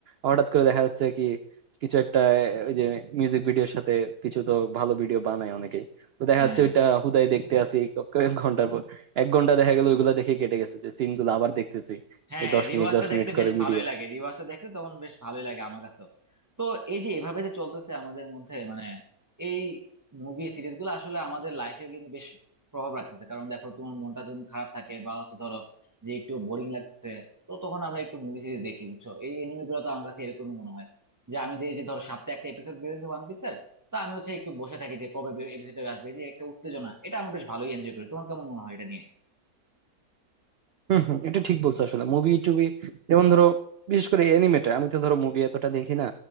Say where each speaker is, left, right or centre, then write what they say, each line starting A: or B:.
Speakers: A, on the right; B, on the right.
A: হঠাৎ করে দেখা যাচ্ছে কি কিছু একটা ওই যে মিউজিক ভিডিওর সাথে কিছু তো ভালো ভিডিও বানায় অনেকেই তো দেখা
B: হ্যাঁ
A: যাচ্ছে
B: হ্যাঁ
A: ওইটা হুদাই দেখতে আসি ক- কয়েক ঘন্টার পর এক ঘন্টা দেখা গেল ওইগুলো দেখে কেটে গেছে যে সিন গুলো আবার দেখতেছি
B: হ্যাঁ
A: এই দশ
B: রিওয়াজটা
A: মিনিট দশ
B: দেখতে
A: মিনিট
B: বেশ
A: করে ভিডিও
B: ভালোই লাগে রিওয়াজটা দেখতে তখন বেশ ভালোই লাগে আমার কাছেও তো এই যে এভাবে যে চলতেছে আমাদের মধ্যে মানে এই মুভি সিরিজগুলো আসলে আমাদের লাইফে কিন্তু বেশ প্রভাব রাখতেছে কারণ দেখো তোমার মনটা যখন খারাপ থাকে বা হচ্ছে ধরো যে একটু বোরিং লাগছে তো তখন আমরা একটু মুভি সিরিজ দেখি বুঝছো এই এনিমে গুলো তো আমার কাছে এরকমই মনে হয় যে আমি দেখি যে ধরো সপ্তাহে একটা এপিসোড বেরোচ্ছে ওয়ান পিসের তো আমি হচ্ছে একটু বসে থাকি যে কবে এপিসোডটা আসবে এই যে একটা উত্তেজনা এটা আমি বেশ ভালোই এনজয় করি তোমার কেমন মনে হয় এটা নিয়ে
A: হম হম এটা ঠিক বলছো আসলে মুভি টুবি যেমন ধরো বিশেষ করে এনিমেটা আমি তো ধরো মুভি এতটা দেখি না